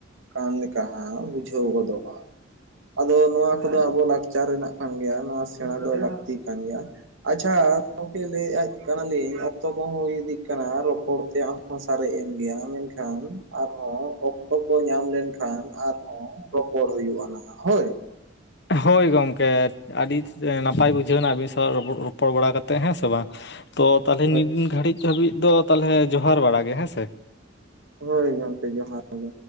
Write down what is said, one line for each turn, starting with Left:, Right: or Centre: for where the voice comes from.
Right: ᱠᱟᱱ ᱞᱮᱠᱟ ᱦᱟᱸᱜ ᱵᱩᱡᱷᱟᱹᱣ ᱜᱚᱫᱚᱜᱼᱟ ᱾ ᱟᱫᱚ ᱱᱚᱣᱟ ᱠᱚᱫᱚ ᱟᱵᱚ ᱞᱟᱠᱪᱟᱨ ᱠᱟᱱ ᱜᱮᱭᱟ ᱱᱚᱣᱟ ᱥᱮᱬᱟ ᱫᱚ ᱞᱟᱹᱠᱛᱤ ᱠᱟᱱ ᱜᱮᱭᱟ ᱾ ᱟᱪᱪᱷᱟ ᱜᱚᱝᱠᱮ ᱞᱟᱹᱭᱮᱡ ᱠᱟᱱᱟᱞᱤᱧ ᱚᱠᱛᱚ ᱠᱚᱦᱚᱸ ᱦᱩᱭ ᱤᱫᱤᱜ ᱠᱟᱱᱟ ᱨᱚᱯᱚᱲ ᱛᱮᱭᱟᱜ ᱦᱚᱸ ᱥᱟᱨᱮᱡ ᱮᱱ ᱜᱮᱭᱟ ᱢᱮᱱᱠᱷᱟᱱ ᱟᱨᱦᱚᱸ ᱚᱠᱛᱚ ᱠᱚ ᱧᱟᱢ ᱞᱮᱱᱠᱷᱟᱱ ᱟᱨᱦᱚᱸ ᱨᱚᱯᱚᱲ ᱦᱩᱭᱩᱜᱼᱟ ᱱᱟᱦᱟᱜ ᱦᱳᱭ ᱾
Left: ᱦᱳᱭ ᱜᱚᱢᱠᱮ ᱾ ᱟᱹᱰᱤ ᱱᱟᱯᱟᱭ ᱵᱩᱡᱷᱟᱹᱣᱮᱱᱟ ᱟᱹᱵᱤᱱ ᱥᱟᱞᱟᱜ ᱨᱚᱯᱚ-ᱨᱚᱯᱚᱲ ᱵᱟᱲᱟ ᱠᱟᱛᱮᱜ ᱦᱮᱸ ᱥᱮ ᱵᱟᱝ ᱾ ᱛᱚ ᱛᱟᱦᱚᱞᱮ
Right: ᱦᱳᱭ
Left: ᱱᱤᱱ ᱜᱷᱟᱹᱲᱤᱡ ᱫᱷᱟᱹᱵᱤᱡ ᱫᱚ ᱛᱟᱦᱚᱞᱮ ᱡᱚᱦᱟᱨ ᱵᱟᱲᱟᱜ ᱜᱮ ᱦᱮᱸ ᱥᱮ ᱾
Right: ᱦᱳᱭ ᱜᱚᱝᱠᱮ ᱡᱚᱦᱟᱨ ᱜᱮ᱾